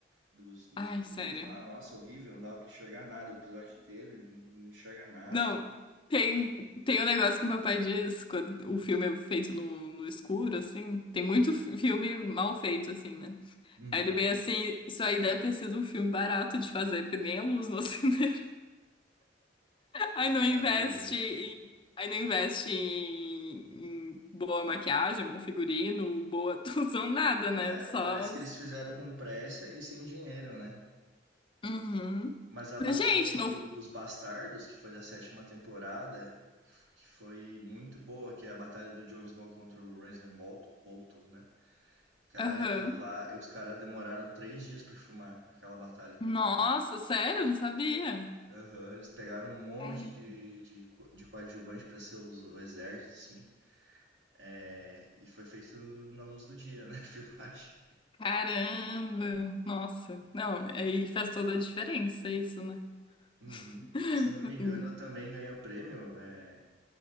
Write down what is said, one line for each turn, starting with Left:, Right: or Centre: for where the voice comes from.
Right: dos, dos
Left: Ai,
Right: zumbis
Left: sério.
Right: lá, nossa, horrível, não dava pra enxergar nada o episódio inteiro, não enxerga nada.
Left: Não, tem, tem um negócio que meu pai diz quando o filme é feito no, no escuro, assim. Tem muito fi- filme mal feito, assim, né?
Right: Uhum.
Left: Aí ele bem assim, isso aí deve ter sido um filme barato de fazer, porque nem a luz no <laughs> cinema. Aí não investe
Right: Ai, ai.
Left: em, aí não investe em, em boa maquiagem, bom figurino, boa <laughs> atuação, nada, né?
Right: É,
Left: Só.
Right: parece que
Left: as-
Right: eles fizeram com pressa e sem dinheiro, né?
Left: Uhum.
Right: Mas a Batalha
Left: Mas, gente,
Right: do-
Left: não.
Right: dos Bastardos, que foi da sétima temporada, que foi muito boa, que é a batalha do Jon Snow contra o Ramsay Bolt- Bolton, né? Cara,
Left: Aham.
Right: aquilo lá, os caras demoraram três dias pra filmar aquela batalha.
Left: Nossa, sério? Não sabia.
Right: Aham, eles pegaram um monte
Left: Caramba.
Right: de, de, co- de coadjuvante pra ser os- o exército, assim. É, e foi feito na luz do dia, né? <laughs> Filmagem.
Left: Caramba. Nossa. Não, aí faz toda a diferença isso, né?
Right: Uhum.
Left: <laughs>
Right: Se eu não me engano, também ganhou prêmio. É,